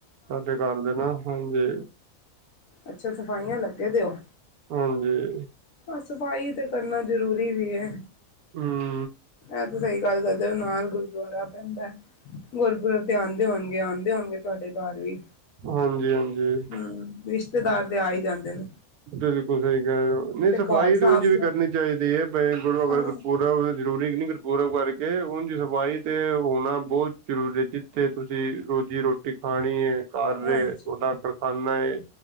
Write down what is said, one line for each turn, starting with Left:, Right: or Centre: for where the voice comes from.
Right: ਸਾਡੇ ਘਰ ਦੇ ਨਾ, ਹਾਂਜੀ
Left: ਅੱਛਾ ਸਫਾਈਆਂ ਲੱਗੇ ਦੇਓ।
Right: ਹਾਂਜੀ।
Left: ਆਂ ਸਫ਼ਾਈ ਤੇ ਕਰਨਾ ਜ਼ਰੂਰੀ ਵੀ ਏ।
Right: ਹੂੰ
Left: ਐ ਤੇ ਸਈ ਗੱਲ ਕਰਦੇ ਓ ਨਾਲ ਗੁਰਦੁਆਰਾ ਪੈਂਦਾ ਐ। ਗੁਰਪੁਰਬ ਤੇ ਆਦੇ ਹੋਣਗੇ- ਆਦੇ ਹੋਣਗੇ ਤੁਆਡੇ ਘਰ ਵੀ।
Right: ਹਾਂਜੀ-ਹਾਂਜੀ।
Left: ਹੂੰ ਰੀਸ਼ਤੇਦਾਰ ਤੇ ਆ ਈ ਜਾਂਦੇ ਨੇ।
Right: ਬਿਲਕੁਲ ਸਈ ਕੈ ਰਏ ਓ ਨਈ ਸਫ਼ਾਈ
Left: ਘਰ ਸਾਫ਼
Right: ਤੇ ਉਂਝ ਵੀ
Left: ਸੁ
Right: ਕਰਨੀ ਚਾਈਦੀ ਏ, ਬ ਗੁਰੂ ਅਗਰ
Left: ਹਾਂ
Right: ਗੁਰਪੁਰਬ ਜ਼ਰੂਰੀ ਕੇ ਨਈ ਗੁਰਪੂਰਬ ਕਰਕੇ ਉਂਜ ਸਫਾਈ ਤੇ ਹੋਣਾ ਬਹੁਤ ਜ਼ਰੂਰੀ ਜੇ ਜੀਥੇ ਤੁਸੀਂ ਰੋਜ਼ੀ-ਰੋਟੀ ਖਾਣੀ ਐ। ਘਰ
Left: ਹਾਂਜੀ
Right: ਏ, ਤੁਹਾਡਾ ਪਖਾਨਾ ਏ,